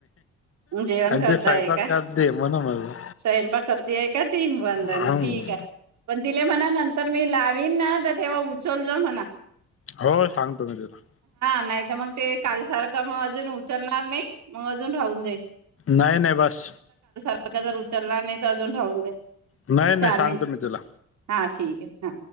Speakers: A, on the right; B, on the left.
A: जेवण करताय
B: ते स्वयंपाक
A: का
B: करते म्हणून म्हणलं
A: स्यंपाक करती आहे का ती बंधन
B: हम्म.
A: ठीक आहे पण दिले म्हना नंतर मी लाट मी ना तर तेव्हा उचल जा म्ह ना
B: हो सांगतो मी तुला
A: नाही मग ते कालसारखं मग अजून उचलणार नाही मग अजून राहून जाईल.
B: नाही नाही बस
A: आता जर उचलला नाही तर अजून राहून जाईल
B: नाही नाही
A: चालेल
B: सांगतो मी तुला
A: हा ठीक ये हां